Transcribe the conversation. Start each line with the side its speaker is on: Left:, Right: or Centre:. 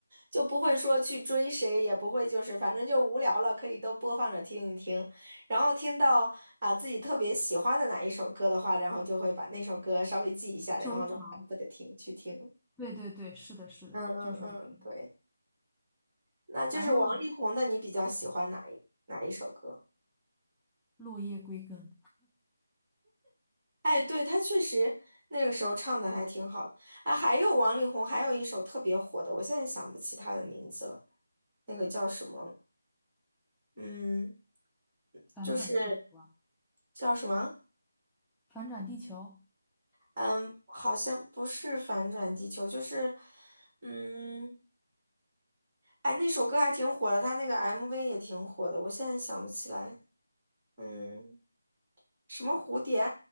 Right: 就不会说去追谁，也不会就是反正就无聊了，可以都播放着听一听，然后听到啊自己特别喜欢的哪一首歌的话，然后就会把那首歌稍微记一下，然后再反复的听去听。
Centre: 收藏。对对对，是的，是的，
Right: 嗯嗯嗯，
Centre: 就是会这样
Right: 对，那就是王力宏的，
Centre: 然后
Right: 你比较喜欢哪一哪一首歌？
Centre: 落叶归根，
Right: 哎，对，他确实那个时候唱的还挺好的啊。还有王力宏，还有一首特别火的，我现在想不起他的名字了，那个叫什么？嗯，
Centre: 反转地球啊，
Right: 就是叫什么？
Centre: 反转地球，
Right: 嗯，好像不是《反转地球》，就是嗯，哎，那首歌还挺火的，他那个 MV 也挺火的，我现在想不起来。嗯，什么蝴蝶？